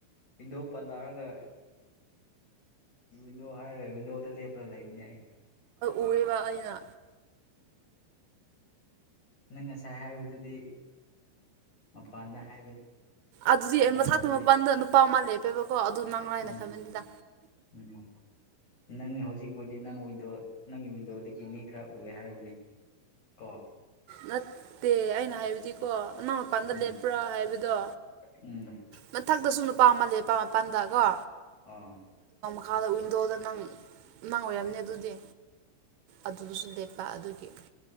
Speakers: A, on the left; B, on the right.
A: ꯄꯟꯊꯣꯛ ꯄꯜ ꯂꯥꯑꯒ ꯋꯤꯟꯗꯣ ꯍꯥꯏꯔꯦ ꯋꯤꯟꯗꯣꯗ ꯂꯦꯞꯂꯒ ꯂꯩꯕꯅꯦ ꯑꯩ
B: ꯎꯕ ꯑꯩꯅ
A: ꯅꯪ ꯉꯁꯥꯏ ꯍꯥꯏꯕꯗꯨꯗꯤ ꯃꯄꯥꯟꯗ ꯍꯥꯏꯕꯅꯤ
B: ꯑꯗꯨꯗꯤ
A: ꯃꯄꯥꯟꯗꯗꯤ
B: ꯑꯩ ꯃꯊꯥꯛꯇ
A: ꯂꯩ
B: ꯃꯄꯥꯟꯗ ꯅꯨꯄꯥ ꯃꯥ ꯂꯦꯞꯄꯦꯕꯀꯣ ꯑꯗꯨ ꯅꯪ ꯂꯥꯏꯅ
A: ꯎꯝ
B: ꯈꯟꯕꯅꯤꯗ
A: ꯎꯝ ꯅꯪ ꯍꯧꯖꯤꯛꯄꯨꯗꯤ ꯅꯪ ꯋꯤꯟꯗꯣ ꯅꯪꯒꯤ ꯋꯤꯟꯗꯣꯗꯒꯤ ꯃꯤ ꯈꯔ ꯎꯑꯦ ꯍꯥꯏꯕꯅꯤ ꯀꯣ
B: ꯅꯠꯇꯦ ꯑꯩꯅ ꯍꯥꯏꯕꯗꯤ ꯀꯣ ꯑꯅꯥ ꯃꯄꯥꯟꯗ
A: ꯎꯝ
B: ꯂꯦꯞꯄ꯭ꯔꯥ ꯍꯥꯏꯕꯗꯣ
A: ꯎꯝ
B: ꯃꯊꯛꯇꯁꯨ ꯑꯄꯥꯝꯃꯜ ꯂꯩ ꯑꯄꯥꯝ ꯃꯄꯥꯟꯗ ꯀꯣ
A: ꯑꯥ
B: ꯥꯗ ꯋꯤꯟꯗꯣꯗ ꯅꯪ ꯅꯪ ꯑꯣꯏꯔꯝꯅꯦ ꯑꯗꯨꯗꯤ ꯑꯗꯨꯗꯨꯁꯨ ꯂꯦꯞꯄꯤ ꯑꯗꯨꯒꯤ